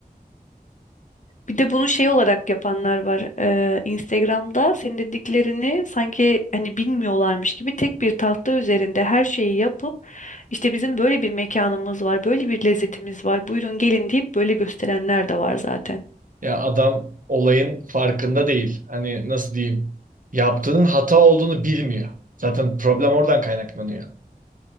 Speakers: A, on the left (about 50°); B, on the right (about 60°).
A: Bir de bunu şey olarak yapanlar var. Ee, Instagram'da senin dediklerini sanki hani bilmiyorlarmış gibi tek bir tahta üzerinde her şeyi yapıp işte bizim böyle bir mekanımız var, böyle bir lezzetimiz var. Buyurun gelin deyip böyle gösterenler de var zaten.
B: Ya adam olayın farkında değil. Hani nasıl diyeyim? Yaptığının hata olduğunu bilmiyor. Zaten problem oradan kaynaklanıyor.